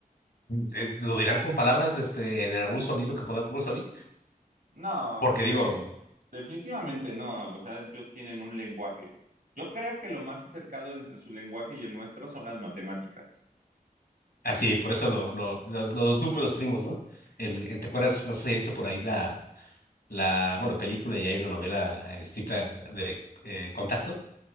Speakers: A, on the left (about 90°); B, on the right (about 70°).
A: Es- Lo dirán con palabras, este, en algún sonido que podamos oír,
B: No,
A: porque digo,
B: defini- definitivamente no, o sea, ellos tienen un lenguaje. Yo creo que lo más acercado entre su lenguaje y el nuestro son las matemáticas.
A: así, por eso lo, lo- los, los números primos, ¿no? El, ¿te acuerdas? No sé si has visto por ahí la, la, bueno, película y hay una novela escrita de eh, Contacto.